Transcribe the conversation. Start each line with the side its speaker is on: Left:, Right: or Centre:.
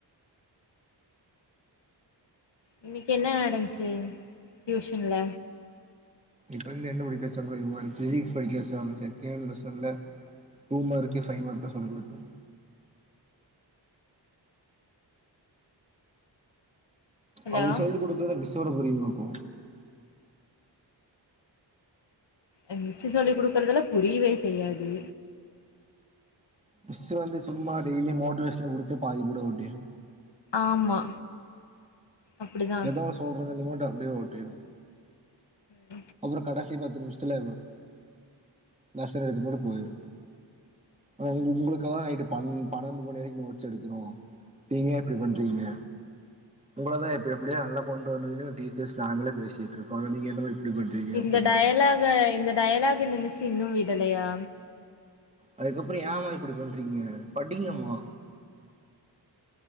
Left: இன்னிக்கு என்ன நடச்சி டியூஷன்ல
Right: இப்ப வந்து என்ன படிக்க வச்சாங்க தெரியுமா பிசிக்ஸ் படிக்க வச்சாங்க செகண்ட் லெஷன்ல டூ மார்க்கு ஃபை மார்க் சொல்லிக் கொடுத்தே
Left: ஹலோ
Right: அவுங்க சொல்லி குடுக்குறத மிஸ் ஓட புரிமாக்கோ
Left: எங்க மிஸ் சொல்லி் குடுக்கறதெல்லா புரியவே செய்யாது
Right: மிஸு வந்து சும்மா டெய்லி மோட்டிவேஷன்ல குடுத்து பாதி பிருடு ஓட்டிரு
Left: ஆமா அப்டிதா
Right: எதோ சொல்லறதுல மட்டு அப்பிடியே ஓட்டிடு
Left: ம்
Right: அப்புறோ கடைசி பத்து நிமிஷத்துல நசன் எடுத்து போட்டு போயிரு ஆ உங்களுக்கலா நைட்டு பன்னெண்டு மணி வரைக்கு நோட்ஸ் எடுக்கணோ நீங்க ஏ இப்பிடி பண்றீங்க உங்களதா எப்பிடி எப்பிடியா நல்லா கொண்டு வந்தது டீச்சர்ஸ் நாங்களே பேசிட்டு இருக்கோ நீங்க என்னமா இப்டி பண்றீங்க
Left: இந்த
Right: அப்டிங்கிறாங்க
Left: டயலாக இந்த டயலாக் இந்த மிஸ் இன்னு வி விடலையா
Right: அதுக்கப்புறம் ஏமா இப்டி பண்றீங்க படிங்கம்மா